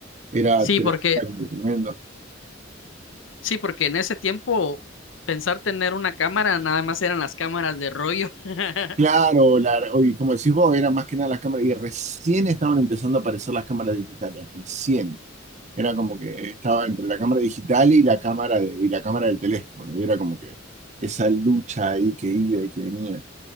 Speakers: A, on the right; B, on the left.
A: era
B: sí,
A: tre-
B: porque,
A: era tremendo.
B: sí, porque en ese tiempo pensar tener una cámara nada más eran las cámaras de rollo. <laughs>
A: Claro, la, y como decís vos, era más que nada las cámaras, y recién estaban empezando a aparecer las cámaras digitales, recién. Era como que estaba entre la cámara digital y la cámara de- y la cámara del teléfono. Y era como que esa lucha ahí que iba y que venía.